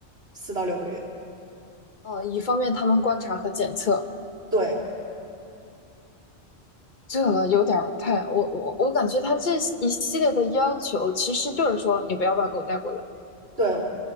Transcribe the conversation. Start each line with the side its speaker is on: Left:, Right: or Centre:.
Right: 四到六个月。
Left: 呃，以方便他们观察和检测，
Right: 对，
Left: 这有点儿太……我我我感觉它这一系列的要求，其实就是说你不要把狗带过来。
Right: 对，